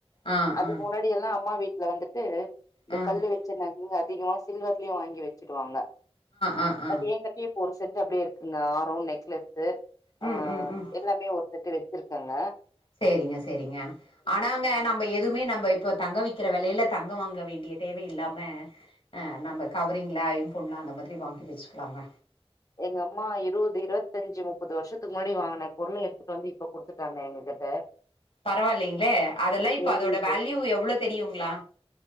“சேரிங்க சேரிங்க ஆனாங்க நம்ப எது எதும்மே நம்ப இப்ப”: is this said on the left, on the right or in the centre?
Left